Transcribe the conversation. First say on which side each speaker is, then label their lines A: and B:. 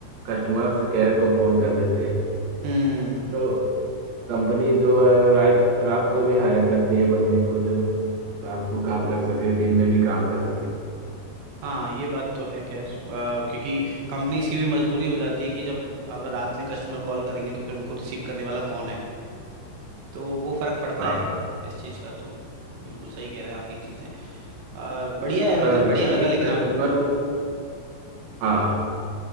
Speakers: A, on the right; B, on the right.
A: कस्टमर से केयर को फोन कर देते हैं
B: हम्म
A: तो कंपनी जो है वो रात रात को भी हायर करती है बंदे को जो रात को काम कर सके दिन में भी काम कर सके
B: हाँ ये बात तो है खैर अ, क्योंकि कंपनीज की भी मजबूरी हो जाती है कि जब अगर रात में कस्टमर कॉल करेंगे तो फिर उनको रिसीव करने वाला कौन है तो वो फर्क पड़ता
A: हाँ
B: है इस चीज का तो बिल्कुल सही कह रहे हैं आप ये चीजें अ, बढ़िया है मतलब
A: क-
B: बढ़िया
A: क्योंकि
B: लगा लेकिन
A: कस्टमर
B: आपसे
A: हाँ